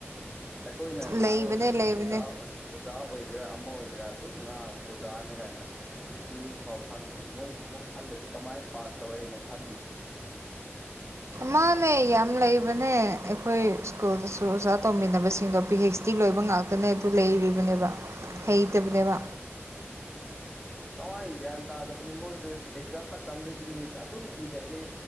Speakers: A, in the centre; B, on the right.
A: ꯑꯩꯈꯣꯏꯅ ꯉꯥꯡꯉꯁꯨ
B: ꯂꯩꯕꯅꯦ ꯂꯩꯕꯅꯦ
A: ꯑꯣꯖꯥ ꯑꯣꯏ ꯑꯣꯖꯥ ꯑꯣꯏꯒꯦꯔꯥ ꯑꯃ ꯑꯣꯏꯒꯦꯔꯥ ꯑꯗꯨꯝ ꯉꯥ ꯑꯣꯖꯥꯅꯦ ꯀꯥꯏꯅ ꯏꯪꯂꯤꯁ ꯐꯥꯎ ꯈꯪꯗꯕ ꯃꯣꯏ ꯑꯃꯨꯛ ꯈꯜꯂꯗꯤ ꯀꯃꯥꯏꯅ ꯄꯥꯁ ꯇꯧꯔꯛꯏꯅꯣ ꯈꯜꯂꯤꯅꯣ
B: ꯃꯥꯃꯦ ꯌꯥꯝ ꯂꯩꯕꯅꯦ ꯑꯩꯈꯣꯏ ꯁ꯭ꯀꯨꯜꯗꯁꯨ ꯑꯣꯖ ꯑꯣꯖꯥ ꯇꯧꯃꯤꯟꯅꯕꯁꯤꯡꯗꯣ ꯄꯤ ꯍꯩꯆ ꯗꯤ ꯂꯣꯏꯕ ꯉꯥꯛꯇꯅꯦ ꯑꯗꯨ ꯂꯩꯔꯤꯕꯅꯦꯕ ꯍꯩꯇꯕꯅꯦꯕ
A: ꯇꯃꯥꯏꯅ ꯒ꯭ꯌꯥꯟ ꯇꯥꯗꯕꯅꯤ ꯃꯣꯏꯗꯨ ꯑꯦꯛꯖꯥꯝ ꯃꯇꯝꯗ ꯏꯪꯂꯤꯁ ꯑꯗꯨꯝ ꯏꯔꯛꯑꯦ